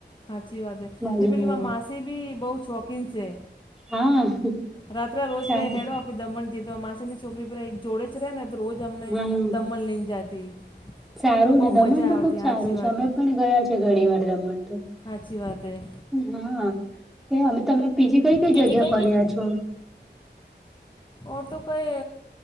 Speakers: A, on the left; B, in the centre.
A: હાચી વાત
B: મજા
A: એ પેલી
B: આવે
A: મા માસીબી બો શોખીન છે.
B: હા.
A: રાત્ર રોજ
B: સારું
A: કે હેડો આપડે દમણતી જીતો માસીની છોકરી પર એક જોડે છે રેને તો રોજ અમને
B: હા
A: દમણ લઈ જાતી.
B: સારું
A: તો બહુ
B: ને દમણ
A: મજા
B: તો
A: આવતી
B: ખુબ સારું
A: સાચી
B: છે
A: વાત
B: અમે પણ ગયા છેએ ઘણી વાર દમણતો
A: હાચી વાત હૈ.
B: હા કે અમે તમે બીજી કઈ કઈ
A: બીજી
B: જગ્યા
A: કઈ
B: ફર્યા છો?
A: ઓર તો કઈ